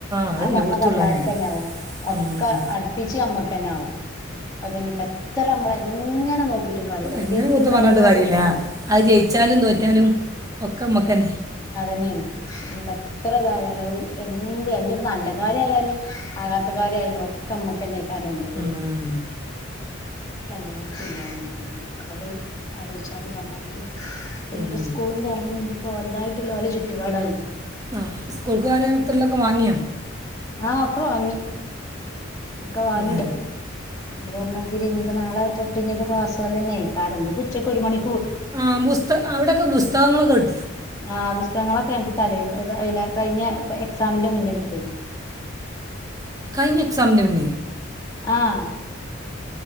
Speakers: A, on the right (about 15°); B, on the left (about 20°).
A: അത്
B: ആ
A: എല്ലോടത്തുള്ള
B: പറഞ്ഞതള്ളാർക്കെന്നെയാവും
A: തന്നെ
B: ഒക്കെ
A: ഉം.
B: അടുപ്പിച്ച് ഞമ്മക്ക് തന്നെയാവും അതിപ്പോ ഇനിപ്പോ എത്ര നമ്മള് എങ്ങനെ നോക്കി നോക്കീട്ടും കാര്യല്ല എന്തെങ്കിലും
A: എങ്ങനെ കുത്തം
B: ഒരു പിഴവ്
A: പറഞ്ഞിട്ട്
B: വന്നേക്കണോ
A: കാര്യമില്ല അത് ജയിച്ചാലും തോറ്റാലും ഒക്കെ നമ്മക്കന്നെ
B: അതന്നെയാണ് ഇനിപ്പം എത്ര ഇതായാലും അത് എന്ത് ഇനിയ് ഒരു നല്ല കാര്യമായാലും ആകാത്ത കാര്യമായാലും ഒക്കെ നമ്മക്ക് തന്നെ കരയണ്ടതു
A: ഉം.
B: ഒക്കെ എല്ലോട്ത്തും ഇല്ലതന്നെ <unintelligible> മക്കളത് ആലോചിച്ചാല് പറഞ്ഞാതിരി പ്പഞ്ഞിപ്പോ
A: ഉം.
B: സ്കൂളും തുറന്ന് ഇപ്പോൾതായിട്ടുള്ള തായിട്ടുള്ള ഓലെ ചുറ്റുപാടായിന്
A: ആ സ്കൂൾക്ക് കാര്യങ്ങത്തുള്ള വാങ്ങിയോ
B: ആഹ് ഒക്കെ വാങ്ങി അക്ക വാങ്ങി
A: ഉം.
B: ഇനി പറഞ്ഞ മാതിരി ഇനിപ്പോ നാളെ തൊട്ട് ഇനിയിപ്പോ ക്ലാസ്സ് പോലന്നെ ആയി, കാരണം ഇന്നിപ്പോ ഉച്ചക്ക് ഒരു മണി
A: ആ ബുസ്ത അവിടെയൊക്കെ ബുസ്തകങ്ങള് കിട്ട്
B: ആഹ് പുസ്തകങ്ങളൊക്കെ ഞങ്ങക്ക് തലേന്ന് ഏതാ പിന്നെ കഴിഞ്ഞ എക്സാമിന്റെ മുന്നേ കിട്ടിന്നു.
A: കയിഞ്ഞ എക്സാമിൻ്റെ മുന്നേ
B: ആഹ്